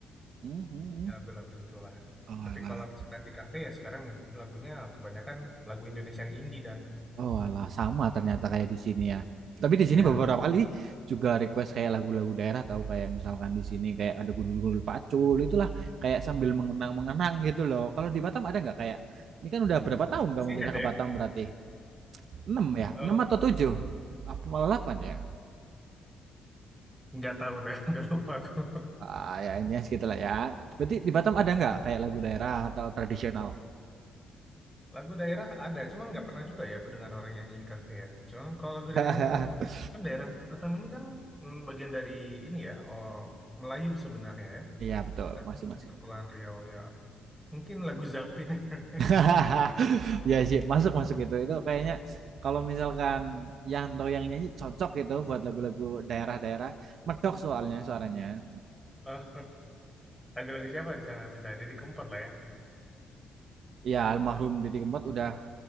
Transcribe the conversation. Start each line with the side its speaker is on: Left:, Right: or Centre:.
Right: Mhm.
Centre: ya lagu-lagu itulah.
Right: Oh, alah.
Centre: Tapi kalau misalkan di kafe ya sekarang min- lagunya kebanyakan lagu Indonesia yang indie dan
Right: Oh alah sama ternyata kayak di sini ya. Tapi di
Centre: iya.
Right: sini beberapa kali juga request kayak lagu-lagu daerah tahu kayak misalkan di sini kayak ada gundul-gundul pacul itulah kayak sambil mengenang-mengenang gitu loh. Kalau di Batam ada nggak kayak ini kan udah berapa
Centre: <laughs>
Right: tahun kamu
Centre: Sih
Right: pindah
Centre: ada.
Right: ke Batam berarti? enam ya?
Centre: ya?
Right: 6 atau 7? Apa malah 8 ya?
Centre: Nggak tahu dah, <laughs> udah lupa aku.
Right: Ah, ya intinya segitulah ya. Berarti di Batam
Centre: Hmm.
Right: ada nggak kayak lagu daerah atau tradisional?
Centre: Lagu daerah ada, cuman nggak pernah juga ya aku dengar orang nyanyi di kafe ya. Cuman kalau lagu
Right: <laughs>
Centre: daerah di Batam, kan daerah Batam ini kan mm, bagian dari ini ya, oh, Melayu sebenarnya ya.
Right: Iya betul,
Centre: Kan
Right: masih masuk.
Centre: di Kepulauan Riau ya. Mungkin lagu Zapin, <laughs>
Right: <laughs> Iya sih, masuk masuk itu. Itu kayaknya kalau misalkan Yanto yang nyanyi cocok gitu buat lagu-lagu daerah-daerah. Medok soalnya suaranya.
Centre: Oh, lagu-lagu siapa di sana bisa ada di Kempot lah ya,
Right: Iya, almarhum Didi Kempot udah